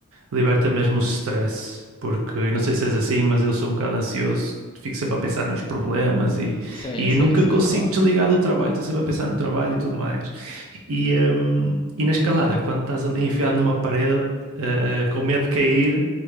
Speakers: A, on the right; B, on the left.
A: liberta mesmo o stress, porque eu não sei se és assim, mas eu sou um bocado ansioso, fico sempre a pensar nos problemas e,
B: Sim,
A: e
B: sim,
A: nunca
B: sim,
A: consigo
B: claro.
A: desligar do trabalho, estou sempre a pensar no trabalho e tudo mais. E, hum, e na escalada, quando estás ali enfiado numa parede, ah, com medo de cair,